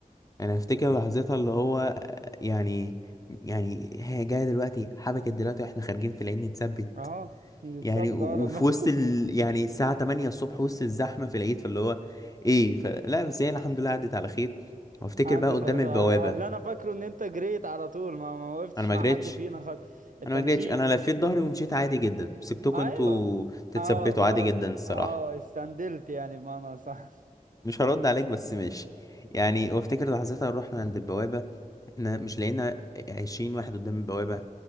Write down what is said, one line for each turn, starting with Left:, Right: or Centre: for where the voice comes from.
Left: انا افتكر لحظتها اللي هو آه، يعني يعني هي جايه دلوقتي حبكت دلوقتي واحنا خارجين في العيد نتثبت
Right: اه نتثبت
Left: يعني و-
Right: اه لما
Left: وفي وسط ال... يعني الساعة 8 الصبح وسط الزحمة في العيد فاللي هو ايه فلا بس هي الحمد لله عدت على خير
Right: <laughs>
Left: وافتكر
Right: عندي
Left: بقى قدام
Right: تلخ...
Left: البوابة
Right: آه، اللي انا فاكره ان انت جريت على طول ما, ما وقفتش
Left: انا ما
Right: مع
Left: جريتش
Right: حد فينا خالص انت
Left: انا ما
Right: مشيت
Left: جريتش انا لفيت ظهري ومشيت عادي جدا سبتكم
Right: ايوه
Left: انتوا تتثبتوا
Right: اه ما
Left: عادي
Right: هو
Left: جدا الصراحة
Right: اه استندلت يعني بمعنى صح
Left: مش هرد عليك بس ماشي يعني وافتكر لحظتها رحنا عند البوابة احنا مش لقينا 20 واحد قدام البوابة